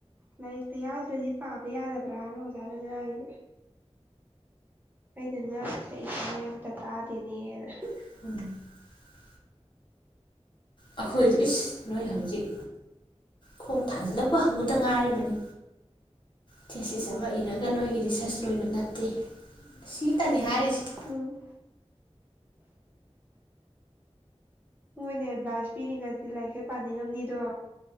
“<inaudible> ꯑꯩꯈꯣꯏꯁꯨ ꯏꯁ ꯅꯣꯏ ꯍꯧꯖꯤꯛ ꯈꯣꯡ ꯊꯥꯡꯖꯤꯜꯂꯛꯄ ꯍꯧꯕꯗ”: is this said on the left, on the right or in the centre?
Left